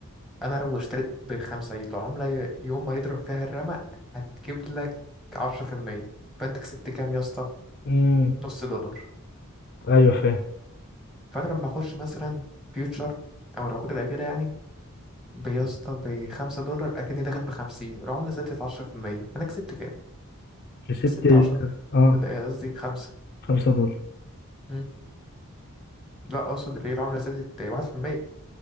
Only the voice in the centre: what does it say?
انا لو اشتريت بخمسة العملة ي- يوم ما يضرب فيها الرمق هتجيب لك عشرة في المية فانت كسبت كام يا اسطى
نص دولار
فانا لما اخش مثلا فيوتشر او العقود الاجلة يعني بيسطى بخمسة دولار اكني داخل بخمسين العملة زادت عشرة في المية انا كسبت كام
كسبت
عشرة
لا، قصدي خمسة
مم. لا اقصد ليه العملة زادت واحد في المية